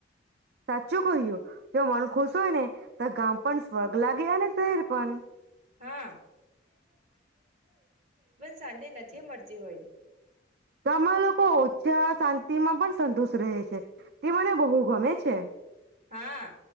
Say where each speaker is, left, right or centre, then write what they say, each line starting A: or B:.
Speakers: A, on the right; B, on the right.
A: સાચું કહ્યું જો મન ખુશ હોય ને તો ગામ પણ સ્વર્ગ લાગે અને શહેર પણ
B: હા સાંજ નથી મળતી હોય.
A: ગામમાં લોકો ઓછા શાંતિ માં પણ સંતુષ. રહે છે. તે મને બહુ ગમે છે.
B: હા.